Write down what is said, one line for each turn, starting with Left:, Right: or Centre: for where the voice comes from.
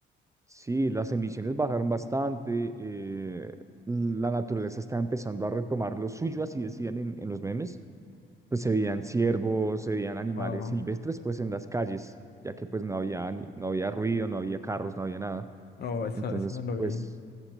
Right: Sí, las emisiones bajaron bastante, eh, la naturaleza está empezando a retomar lo suyo, así decían en, en los memes, pues se veían ciervos, se veían animales
Left: Wow.
Right: silvestres, pues en las calles, ya que pues no había, ni- no había ruido, no había carros, no había nada.
Left: No, eso,
Right: Entonces,
Left: eso no lo vi.
Right: pues,